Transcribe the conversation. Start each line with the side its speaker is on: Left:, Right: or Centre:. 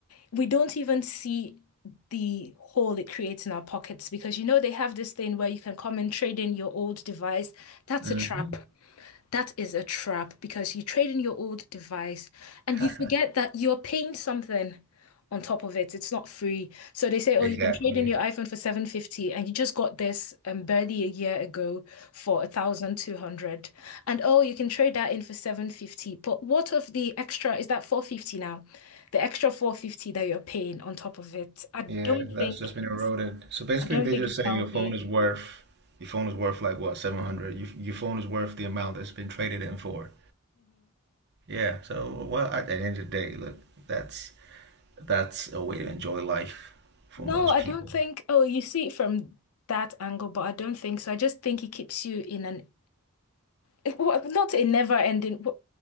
Left: we don't even see the hole it creates in our pockets because you know they have this thing where you can come and trade in your old device. That's
Right: hmm
Left: a trap. That is a trap because you trade in your old device and
Right: <laughs>
Left: you forget that you're paying something on top of it. It's not free. So they say,
Right: Exactly.
Left: oh, you can trade in your iPhone for 750 and you just got this um, barely a year ago for 1,200. And oh, you can trade that in for 750. But what of the extra? Is that 450 now? The extra 450 that you're paying on top of it. I don't
Right: Yeah, that's
Left: think
Right: just been
Left: it's
Right: eroded. So basically,
Left: I don't
Right: they're
Left: think
Right: just
Left: it's
Right: saying
Left: healthy.
Right: your phone is worth your phone is worth like what, 700. Your, your phone is worth the amount that's been traded in for. Yeah. So, well, at the end of the day, look, that's that's a way to enjoy life for
Left: No,
Right: most
Left: I
Right: people.
Left: don't think. Oh, you see it from that angle, but I don't think so. I just think it keeps you in an <laughs> well, not a never-ending, a